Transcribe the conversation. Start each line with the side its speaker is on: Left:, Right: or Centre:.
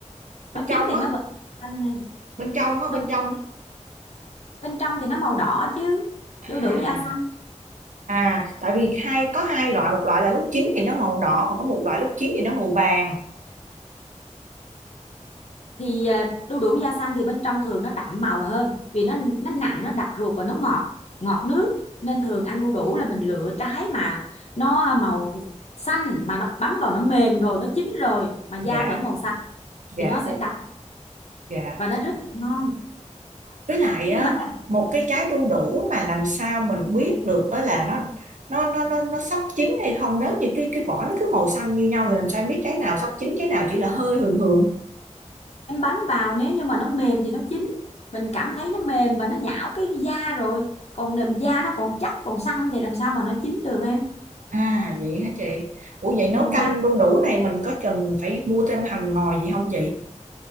Right: Bên
Left: nó
Right: trong
Left: chín thì
Right: á,
Left: nó vẫn xanh này
Right: bên trong á,
Left: nó
Right: bên
Left: chín
Right: trong.
Left: bên trong thì nó màu đỏ chứ
Right: À,
Left: đu đủ da xanh
Right: à tại vì hai có hai loại, một loại là lúc chín thì nó màu đỏ, còn có một loại lúc chín thì nó màu vàng.
Left: thì à, đu đủ da xanh thì bên trong thường nó đậm màu hơn vì nó nó nặng nó đặc ruột và nó ngọt ngọt nước nên thường ăn đu đủ là mình lựa trái mà nó màu xanh mà nó bấm vào nó mềm rồi nó chín rồi mà da
Right: Dạ,
Left: vẫn màu xanh
Right: dạ,
Left: thì nó
Right: ô,
Left: sẽ đặc
Right: dạ.
Left: và nó rất là ngon
Right: với lại á
Left: nhưng mà
Right: một cái trái đu đủ mà làm sao mình biết được đó là nó nó nó nó nó sắp chín hay không nếu như cái cái vỏ nó cứ màu xanh như nhau thì làm sao em biết trái nào sắp chín trái nào chỉ là hơi hường hường
Left: em bấm vào nếu như mà nó mềm thì nó chín mình cảm thấy nó mềm và nó nhão cái da rồi còn da nó còn chắc còn săn thì làm sao mà nó chín được em
Right: à vậy hả chị ủa vậy
Left: mình
Right: nấu canh
Left: ra
Right: đu đủ này mình có cần phải mua thêm hành ngò gì không chị